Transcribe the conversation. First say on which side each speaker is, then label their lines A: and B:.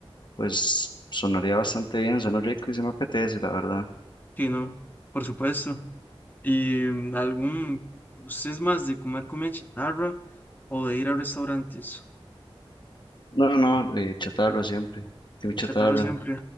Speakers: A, on the left; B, on the left.
A: pues sonaría bastante bien, suena rico y se me apetece, la verdad.
B: Sí, no, por supuesto. Y mm, algún, ¿usted es más de comer comida chatarra o de ir a restaurantes?
A: No, no, eh, chatarra siempre, tengo chatarra,
B: Chatarra siempre,